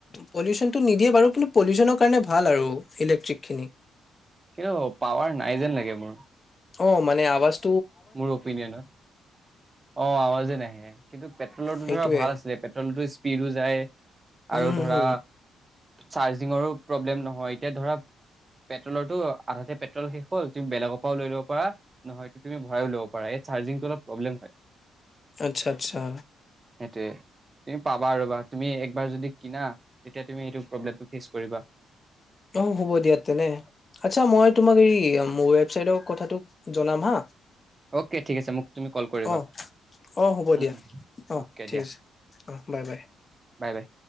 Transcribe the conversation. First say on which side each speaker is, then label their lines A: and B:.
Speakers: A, on the left; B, on the right.
A: পলিউচনটো নিদিয়ে বাৰু, কিন্তু পলিউচনৰ কাৰণে ভাল আৰু। ইলেক্ট্ৰিক খিনি
B: কিন্তু, পাৱাৰ নাই যেন লাগে মোৰ।
A: অ' মানে আৱাজ
B: মোৰ অপিনিয়নত, অ', আৱাজে নাহে, কিন্তু পেট্ৰলৰটো
A: সেইটোয়ে
B: ধৰা ভাল আছিলে, পেট্ৰলৰটো ইচ্ স্পীদো যায়।
A: উম,
B: আৰু
A: হুম,
B: ধৰা
A: হুম,
B: চাৰ্জিঙৰো প্ৰব্লেম নহয়, এতিয়া ধৰা, পেট্ৰলৰটো আধাতে পেট্ৰল শেষ হ'ল, তুমি বেলেগৰ পৰাও লৈ ল'ব পাৰা, নহয় তু তুমি ভৰাইও ল'ব পাৰা। ইয়াত চাৰ্জিংটো অলপ প্ৰব্লেম হয়।
A: আচ্ছা-আচ্ছা।
B: সেইটোৱেই, তুমি পাবা ৰ'বা, তুমি একবাৰ যদি কিনা, তেতিয়া তুমি সেইটো প্ৰব্লেমটো ফেচ কৰিবা।
A: অ', হ'ব দিয়া তেনে, আচ্ছা মই তোমাক এই ৱেবচাইটৰ কথাটো জনাম হা।
B: অ'কে, ঠিক আছে মোক তুমি কল কৰিবা
A: অ', অ' হ'ব
B: উম,
A: দিয়া,
B: উম।
A: অ'
B: অ'কে
A: ঠিক
B: দিয়া
A: আছে, অ' বাই বাই।
B: Bye bye.